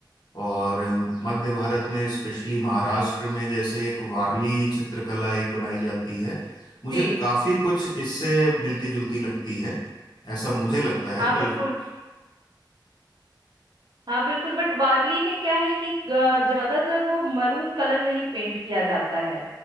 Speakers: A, on the left; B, on the right.
A: और मध्य भारत में स्पेशली महाराष्ट्र में जैसे एक वारली चित्रकला एक बनाई जाती है मुझे
B: जी
A: काफी कुछ इससे मिलती जुलती लगती है ऐसा मुझे लगता है
B: हाँ
A: पर
B: बिल्कुल हाँ बिल्कुल बट वारली में क्या है कि अ, ज्यादातर वो मरून कलर में ही पेंट किया जाता है